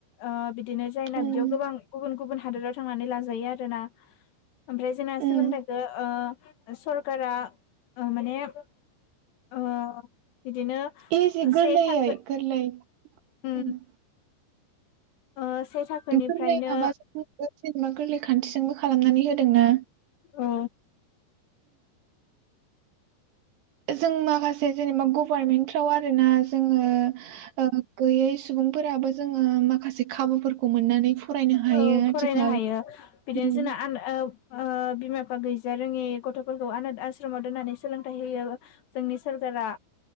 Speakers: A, on the left; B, on the right.
A: ओ <unintelligible> बिदिनो जायना
B: उम
A: बिदियाव गोबां गुबुन गुबुन हादोराव थांनानै लाजायो आरोना। ओमफ्राय जोंना सोलोंथाइखौ
B: उम
A: ओ सरकारा ओ माने ओ बिदिनो
B: इजि गोरलैयै
A: से थाखो
B: गोरलै ओम
A: उम ओ। से थाखोनिफ्रायनो
B: गोरलै माबाजों जेनेबा गोरलै खान्थिजोंबो खालामनानै होदोंना।
A: औ
B: जों माखासे जेनेबा गभारमेन्टफ्राव आरोना जोङो ओ गैयै सुबुंफोराबो जोङो माखासे खाबुफोरखौ <unintelligible> मोननानै फरायनो हायो
A: औ
B: आथिखाल
A: फरायनो हायो बिदिनो
B: उम
A: जोंना ओ ओ बिमा बिफा गैजा रोङि गथ'फोरखौ आनाद आश्रमाव दोननानै सोलोंथाइ होयो जोंनि सरकारा।